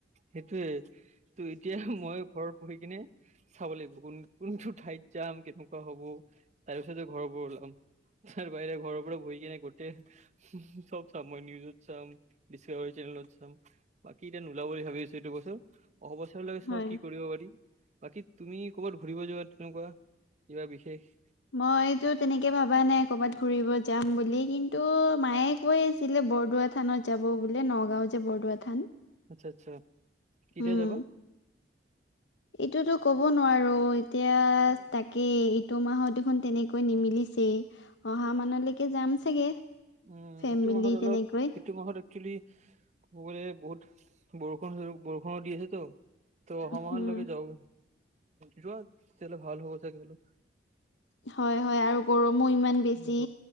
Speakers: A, on the right (about 40°); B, on the left (about 80°).
A: সেইটোয়ে। তো এতিয়া মই ঘৰত বহি কিনে চাব লাগিব। কোন-কোনটো ঠাইত যাম, কেনেকুৱা হ'ব, তাৰ পিছতে ঘৰৰ পৰা ওলাম। তাৰ বাহিৰে ঘৰৰ পৰা বহি কিনে গোটেই <unintelligible> চব চাম মই, নিউজত চাম, ডিস্কোভাৰী চেনেলত চাম। বাকী এতিয়া নোলাব বুলি ভাব <unintelligible> এইটো বছৰ। অহা বছৰ লৈ চাওঁ
B: হয়।
A: কি কৰিব পাৰি। বাকী তুমি ক'বাত ঘুৰিব যোৱা তেনেকুৱা, কিবা বিশেষ?
B: মইতো তেনেকে ভাবা নাই ক'বাত ঘুৰিব যাম বুলি। কিন্তু মায়ে কৈ আছিলে বৰদোৱা থানত যাব বোলে। নগাঁও যে বৰদোৱা থান।
A: আচ্ছা, আচ্ছা, কিতিয়া
B: উম
A: যাবা?
B: এইটোতো ক'ব নোৱাৰো, এতিয়া তাকেই ইটো মাহত দেখোন তেনেকে কৈ নিমিলিছেই। অহা মানলৈকে যাম চাগে।
A: উম।
B: ফেমিলি
A: ইটো মাহত অলপ
B: তেনেকৈ।
A: ইটো মাহত একচুলি ক'ব গলে বহুত বৰষুণ-বৰষুণ দি আছেতো। তো অহামাহৰ
B: উম,
A: লৈকে যাও যোৱাত জালে ভাল হব চাগে বোলো।
B: হয়, হয়, আৰু গৰমো ইমান বেছি
A: গ